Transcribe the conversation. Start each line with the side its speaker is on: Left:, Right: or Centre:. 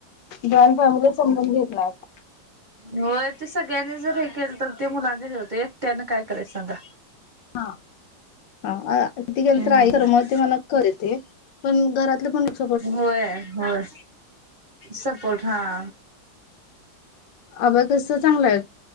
Left: जॉईंट फॅमिली समजून घेत नाहीत.
Right: हो ते सगळ्यांनी जर हे केलं, तर ते मुलांचे ठेवते. त्यान काय करायचं सांगा?
Left: हा! हा तिथ गेलं!
Right: हम्म
Left: तर, आई कर म्हणते, मला करते. पण घरातलं पण! !
Right: होय! होय! सपोर्ट हा! !
Left: अब्यकस चांगला आहे